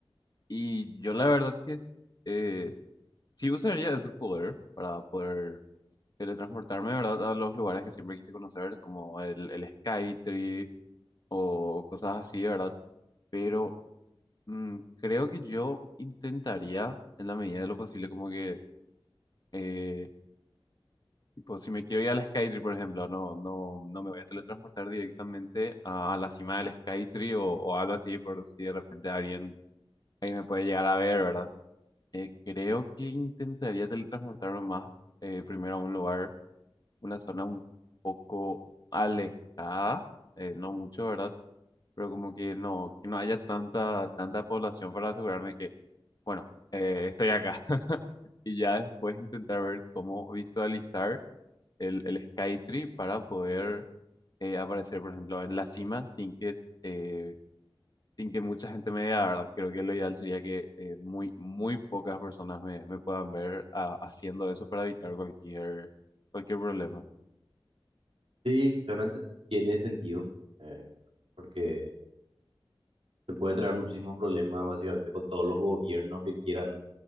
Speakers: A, on the left; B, on the right.
A: Y yo la verdad que es, eh, sí usaría ese poder para poder teletransportarme, ¿verdad? A los lugares que siempre quise conocer, como el, el Skytree o cosas así, ¿verdad? Pero mm, creo que yo intentaría, en la medida de lo posible, como que, eh, tipo, si me quiero ir al Skytree, por ejemplo, no, no, no me voy a teletransportar directamente a, a la cima del Skytree o, o algo así, por si de repente alguien, alguien me puede llegar a ver, ¿verdad? Eh, creo que intentaría teletransportarme más eh, primero a un lugar, una zona un poco alejada, eh, no mucho, ¿verdad? Pero como que no, que no haya tanta, tanta población para asegurarme que, bueno, eh, estoy acá. <laughs> Y ya después intentar ver cómo visualizar el, el Skytree para poder eh, aparecer, por ejemplo, en la cima sin que eh, sin que mucha gente me vea, ¿verdad? Creo que lo ideal sería que eh, muy, muy pocas personas me, me puedan ver ah, haciendo eso para evitar cualquier, cualquier problema.
B: Sí, realmente tiene sentido, eh, porque te puede traer muchísimos problemas básicamente con todos los gobiernos que quieran